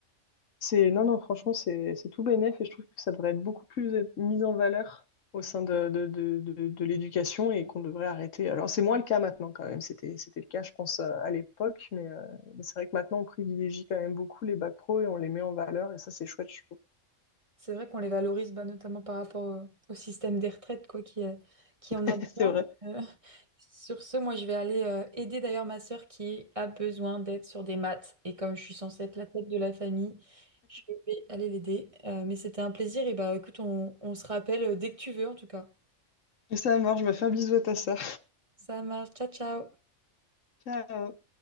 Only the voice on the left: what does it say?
C'est, non, non, franchement, c'est c'est tout bénef et je trouve que ça devrait être beaucoup plus être mis en valeur au sein de, de, de, de, de l'éducation et qu'on devrait arrêter. Alors, c'est moins le cas maintenant quand même. C'était, c'était le cas, je pense, euh, à l'époque, mais, euh, mais c'est vrai que maintenant, on privilégie quand même beaucoup les bacs pro et on les met en valeur et ça, c'est chouette, je trouve.
<laughs>
C'est vrai.
Ça marche, je vais faire un bisou à ta sœur.
Ciao.